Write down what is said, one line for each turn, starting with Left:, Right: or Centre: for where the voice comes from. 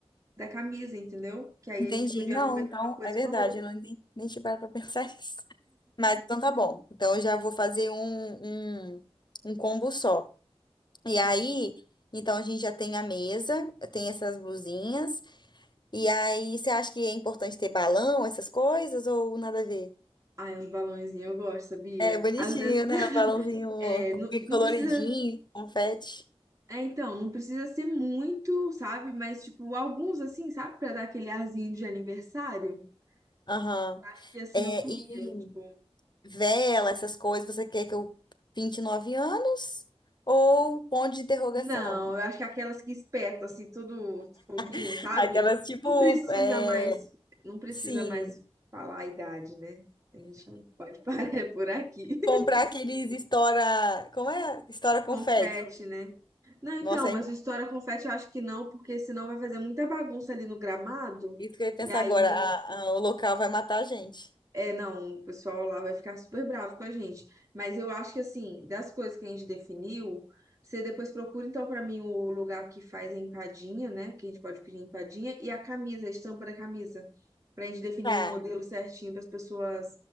Right: da camisa, entendeu? Que aí
Left: Entendi.
Right: a gente podia
Left: Não,
Right: aproveitar
Left: então,
Right: uma coisa
Left: é verdade,
Right: com a outra.
Left: eu não, nem, nem te paro para pensar <laughs> nisso. Mas então tá bom. Então eu já vou fazer um, um, um combo só. E aí,
Right: Sim.
Left: então a gente já tem a mesa, tem essas blusinhas. E aí, você acha que é importante ter balão, essas coisas, ou nada a ver?
Right: Ai, uns balãozinhos, eu gosto, sabia?
Left: É bonitinho,
Right: Às vezes, <laughs>
Left: né? O balãozinho
Right: é, não,
Left: meio
Right: não
Left: coloridinho,
Right: precisa.
Left: confete.
Right: É, então, não precisa ser muito, sabe? Mas, tipo, alguns assim, sabe? Pra dar aquele arzinho de aniversário.
Left: Aham.
Right: Eu acho que assim
Left: É,
Right: eu queria.
Left: e
Right: Tipo,
Left: vela, essas coisas, você quer que eu pinte 9 anos? Ou ponto de interrogação?
Right: Não, eu acho que aquelas que espetam assim tudo foguinho,
Left: <laughs>
Right: sabe?
Left: Aquelas tipo,
Right: Não precisa
Left: é,
Right: mais, não precisa
Left: sim.
Right: mais falar a idade, né? A gente não pode <laughs> parar por aqui.
Left: Comprar aqueles estoura. Como é? Estoura confete.
Right: Confete, né? Não, então,
Left: Nossa,
Right: mas
Left: é
Right: o História Confete eu acho que não, porque senão vai fazer muita bagunça ali no gramado.
Left: isso que eu ia pensar
Right: E aí
Left: agora. A- a- o local vai matar a gente.
Right: É, não, o pessoal lá vai ficar super bravo com a gente. Mas eu acho que, assim, das coisas que a gente definiu, você depois procura, então, pra mim, o lugar que faz a empadinha, né? Que a gente pode pedir empadinha, e a camisa, a estampa da camisa. Pra gente definir
Left: Tá.
Right: um modelo certinho para as pessoas,